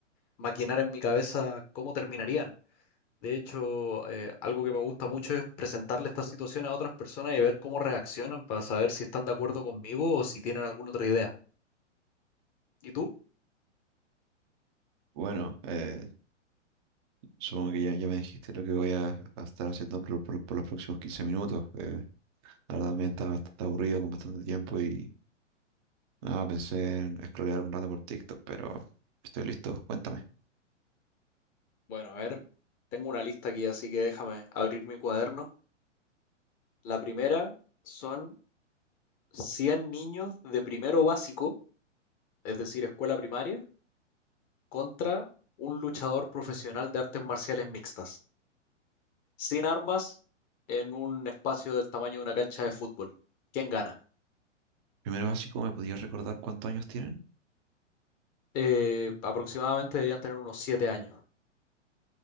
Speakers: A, on the left (about 25°); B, on the right (about 25°).
A: maquinar en mi cabeza cómo terminarían. De hecho, eh, algo que me gusta mucho es presentarle estas situaciones a otras personas y ver cómo reaccionan para saber si están de acuerdo conmigo o si tienen alguna otra idea. ¿Y tú?
B: Bueno, eh, supongo que ya, ya me dijiste lo que voy a, a estar haciendo por, por- por los próximos 15 minutos. eh, la verdad me está bastante aburrido con bastante tiempo y nada, pensé en scrollear un rato por TikTok, pero estoy listo. Cuéntame.
A: Bueno, a ver, tengo una lista aquí, así que déjame abrir mi cuaderno. La primera son 100 niños de primero básico, es decir, escuela primaria, contra un luchador profesional de artes marciales mixtas, sin armas, en un espacio del tamaño de una cancha de fútbol. ¿Quién gana?
B: Primero básico, ¿me podías recordar cuántos años tienen?
A: Eh, aproximadamente deberían tener unos 7 años.